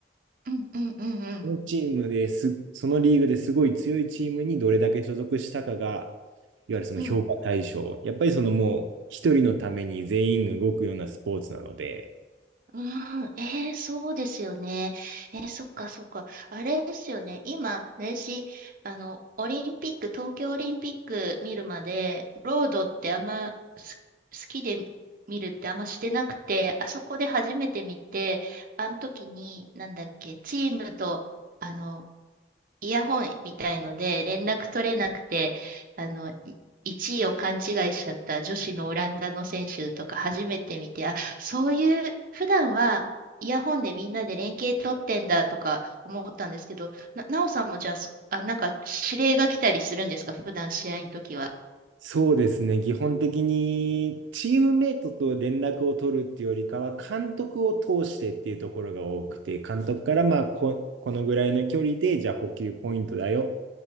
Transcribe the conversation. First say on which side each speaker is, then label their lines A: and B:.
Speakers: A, on the right; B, on the right.
A: うんうんうんうん。
B: そのチームです、そのリーグですごい強いチームにどれだけ所属したかが、いわゆるその評価対象。
A: うん、
B: やっぱりそのもう一人のために全員動くようなスポーツなので、
A: うん、えー、そうですよね。えー、そっかそっか。あれですよね。今、私、あの、オリンピック、東京オリンピック見るまで、ロードってあんま好好きで見るってあんましてなくて、あそこで初めて見て、あの時に、なんだっけ、チームと、あの、イヤホンみたいので連絡取れなくて、あの、い1位を勘違いしちゃった女子のオランダの選手とか初めて見て、あ、そういう、普段はイヤホンでみんなで連携取ってんだとか思ったんですけど、な、なおさんもじゃあ、そあ、なんか指令が来たりするんですか、普段試合の時は。
B: そうですね、基本的にチームメイトと連絡を取るっていうよりかは、監督を通してっていうところが多くて、監督からまあこ、このぐらいの距離で、じゃあ補給ポイントだよ。